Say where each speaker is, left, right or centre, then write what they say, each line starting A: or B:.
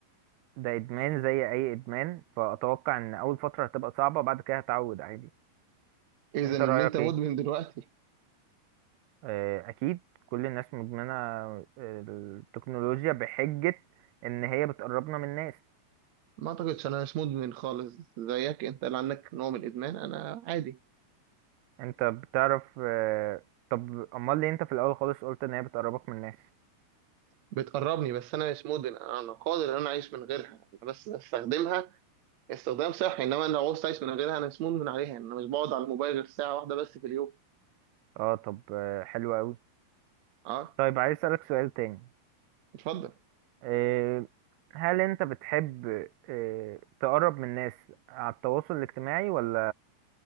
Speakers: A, on the right (about 75°); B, on the right (about 55°).
A: ده ادمان زي اي ادمان فاتوقع ان اول فترة هتبقى صعبة بعد كده هتعود عادي
B: إذا
A: انت
B: إن
A: رأيك
B: أنت مدمن
A: ايه
B: دلوقتي
A: آه، أكيد كل الناس مدمنة آه، التكنولوجيا بحجة إن هي بتقربنا من الناس
B: ما أعتقدش أنا مش مدمن خالص زيك أنت اللي عندك نوع من الإدمان أنا عادي
A: أنت بتعرف آه، طب أمال ليه أنت في الأول خالص قلت إن هي بتقربك من الناس
B: بتقربني بس أنا مش مدمن أنا قادر إن أنا أعيش من غيرها أنا بس بستخدمها استخدام صحي انما انا لو عوزت اعيش من غيرها انا مسموم من عليها انا مش بقعد على الموبايل غير ساعه واحده بس في اليوم
A: أه طب آه، حلو أوي
B: اه
A: طيب عايز أسألك سؤال تاني
B: اتفضل
A: آه، هل أنت بتحب آه، تقرب من الناس على التواصل الاجتماعي ولا